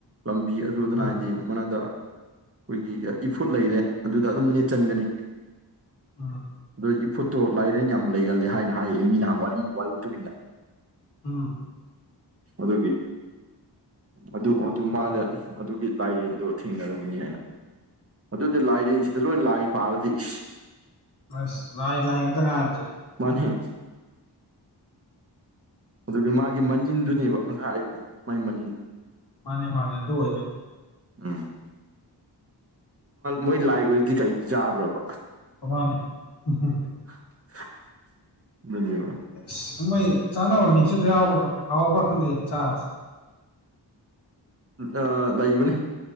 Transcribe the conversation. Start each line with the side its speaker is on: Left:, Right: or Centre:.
Right: ꯂꯝꯕꯤ ꯑꯗꯨ ꯑꯗꯨꯅ
Left: ꯃꯥꯅꯦ
Right: ꯍꯥꯏꯗꯤ ꯃꯗ ꯑꯩꯈꯣꯏꯒꯤ ꯏꯐꯨꯠ ꯂꯩꯔꯦ ꯑꯗꯨ ꯗ ꯑꯗꯨꯝ ꯅꯅꯤꯠꯆꯟꯒꯅꯤ
Left: ꯑ
Right: ꯑꯗꯨꯣ ꯏꯐꯨꯠꯇꯣ ꯂꯥꯏꯔꯦꯟ ꯌꯥꯝ ꯂꯩꯒꯂꯦ ꯍꯥꯏꯅ ꯍꯥꯏꯌꯦ ꯃꯤ ꯅꯍꯥꯟ ꯋꯥꯔꯤ ꯃꯇꯨꯡꯨꯟꯅ
Left: ꯎꯝ
Right: ꯑꯗꯨꯒꯤ ꯑꯗꯨ ꯑꯗꯨ
Left: ꯑꯥ
Right: ꯃꯥꯅ ꯑꯗꯨꯒꯤ ꯂꯥꯏꯔꯦꯟꯗꯣ ꯊꯦꯡꯅꯔꯕꯅꯤ ꯑꯗꯨꯗꯤ ꯂꯥꯏꯔꯦꯟꯁꯤꯗ ꯂꯣꯏ ꯂꯥꯏ ꯄꯥꯂꯗꯤ ꯏꯁ
Left: ꯑ ꯂꯥꯏ ꯂꯥꯏ ꯉꯥꯛꯛꯇ ꯉꯥꯡꯖꯗꯤ
Right: ꯃꯥꯅꯦꯍꯦ ꯑꯗꯨꯒꯤ ꯃꯥꯒꯤ ꯃꯅꯤꯟꯗꯨꯅꯦꯕ <unintelligible> ꯍꯥꯏꯕꯗꯣ ꯃꯥꯒꯤ ꯃꯅꯤꯟ
Left: ꯃꯥꯅꯦ ꯃꯥꯅꯦ ꯑꯗꯨ ꯑꯣꯏꯗꯣꯏꯅꯤ
Right: ꯎꯝ ꯃꯣꯏ ꯂꯥꯏ ꯑꯣꯏꯔꯗꯤ ꯀꯩ ꯆꯥꯕ꯭ꯔꯕ
Left: <unintelligible>
Right: <unintelligible>
Left: ꯁꯨꯝꯃꯩ ꯆꯥꯅꯕ ꯃꯤꯆꯞꯁ ꯍꯥꯎꯕ ꯌꯥ ꯍꯥꯎꯕ꯭ꯔꯥ ꯈꯪꯗꯦ ꯆꯥꯕꯁꯦ
Right: ꯑ ꯂꯥꯛꯕꯅꯦ